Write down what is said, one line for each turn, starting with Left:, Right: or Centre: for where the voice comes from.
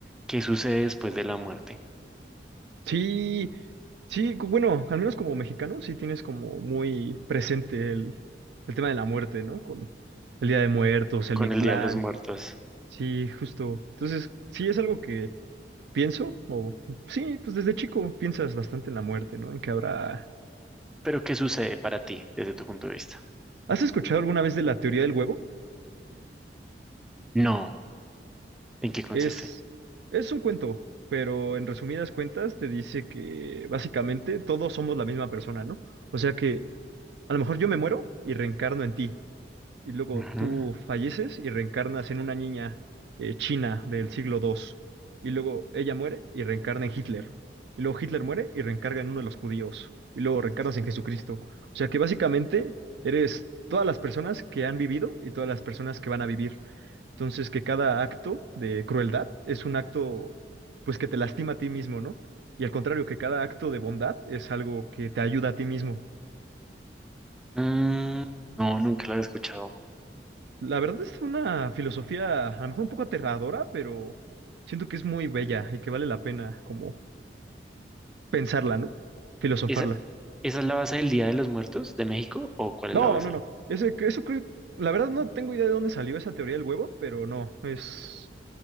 Centre: ¿qué sucede después de la muerte,
Right: Sí, sí, cu- bueno, al menos como mexicano, sí tienes como muy presente el, el tema de la muerte, ¿no? Con el Día de Muertos, el
Centre: con
Right: Mictlán.
Centre: el Día de los Muertos?
Right: Sí, justo. Entonces, sí es algo que pienso, o sí, pues desde chico piensas bastante en la muerte, ¿no? En que habrá.
Centre: Pero ¿qué sucede para ti desde tu punto de vista?
Right: ¿Has escuchado alguna vez de la teoría del huevo?
Centre: No, ¿en qué consiste?
Right: Es, es un cuento, pero en resumidas cuentas te dice que básicamente todos somos la misma persona, ¿no? O sea que a lo mejor yo me muero y reencarno en ti, y luego
Centre: Ujú.
Right: tú falleces y reencarnas en una niña eh, china del siglo II, y luego ella muere y reencarna en Hitler, y luego Hitler muere y reencarna en uno de los judíos, y luego reencarnas en Jesucristo. O sea que básicamente eres todas las personas que han vivido y todas las personas que van a vivir. Entonces, que cada acto de crueldad es un acto, pues, que te lastima a ti mismo, ¿no? Y al contrario, que cada acto de bondad es algo que te ayuda a ti mismo.
Centre: Mm, no, nunca lo había escuchado.
Right: La verdad es una filosofía a lo mejor un poco aterradora, pero siento que es muy bella y que vale la pena como pensarla, ¿no? Filosofarla.
Centre: ¿Esa, esa es la base del Día de los Muertos de México o cuál
Right: No,
Centre: es la base?
Right: no, no. Ese, que- eso creo- la verdad no tengo idea de dónde salió esa teoría del huevo, pero no, es